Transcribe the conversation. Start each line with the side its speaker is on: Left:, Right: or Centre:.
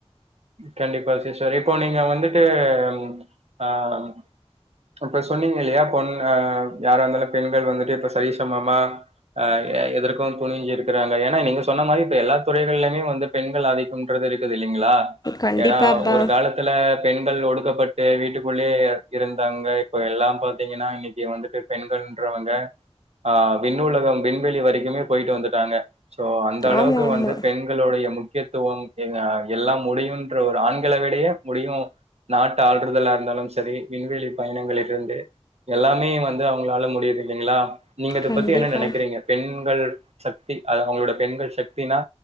Right: கண்டிப்பா சிஸ்டர் இப்போ நீங்க வந்துட்டும் அம் இப்ப சொன்னீங்க இல்லியாப் பொண் அ யாரா இருந்தாலும் பெண்கள் வந்துட்டு இப்ப சரி சமமா ஆ எ எதற்குவுந் துணிஞ்சிருக்கறாங்க எனாய் நீங்க சொன்னமாரி இப்ப எல்லாத் துறைகள்லயுமே வந்துப் பெண்கள் ஆதிக்கும்ன்றது இருக்குது இல்லிங்கிளா
Left: கண்டிப்பாப்பா
Right: ஏனா ஒரு காலத் த்துல பெண்கள் ஒடுக்கப்பட்டு வீட்டுக்குள்ளே அட் இருந்தாங்க இப்ப எல்லாம் பாத்தீங்கினா இன்னைக்கி வந்துட்டு பெண்கள்ன்றவங்க ஆ விண்ணுலகம் விண்வெளி வரிக்குமே போயிட்டு வந்துட்டாங்க சோ அந்தளவுக்கு
Left: ஆமா ஆமா
Right: வந்து பெண்களுடைய முக்கியத்துவம் அ எல்லாம் முடியுன்ற ஒரு ஆண்கள விடையே முடியு நாட்ட ஆள்ருதலா இருந்தாலும் சரி விண்வெளிப் பயணங்களருந்தே எல்லாமே வந்து அவுங்ளால முடியிது இல்லிங்ளா நீங்க இதப்
Left: கண்டிப்பா
Right: பத்தி என்ன நெனைக்கிறீங்க பெண்கள் சக்தி அத அவுங்களோடப் பெண்கள் சக்தினா